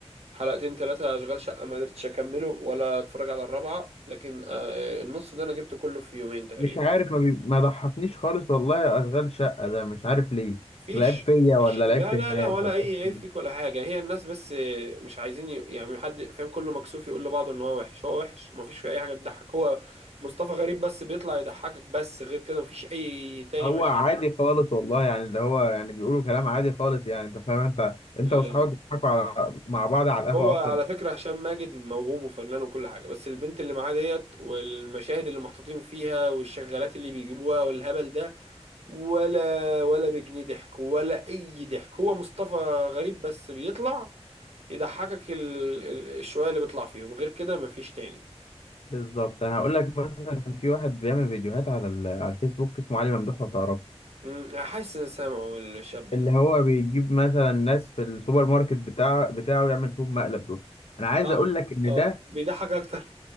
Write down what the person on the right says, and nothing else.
حلقتين ثلاثة أشغال شقة ما قدرتش أكمله ولا أتفرج على الرابعة لكن آه، النص ده أنا جبته كله في يومين تقريبا
فيش
فيش لا
لا
لا ولا
اي
عيب
فيك ولا حاجه هي الناس بس مش عايزين ي- يعني حد فاهم كله مكسوف يقول لبعضه ان هو وحش هو وحش مفيش فيه اي حاجه بتضحك هو مصطفى غريب بس بيطلع يضحكك بس غير كده مفيش اي تاني
مشهد
ال-
هو على
فكره هشام ماجد موهوب وفنان وكل حاجه بس البنت اللي معاه ديت والمشاهد اللي محطوطين فيها والشغالات اللي بيجيبوها والهبل ده ولا ولا بجنيه ضحك ولا اي ضحك هو مصطفى غريب بس بيطلع يضحكك ال... ال... الشوية اللي بيطلع فيهم غير كده مفيش تاني
امم حاسس ان سامعه الشاب
ده
اه
اه
بيضحك اكتر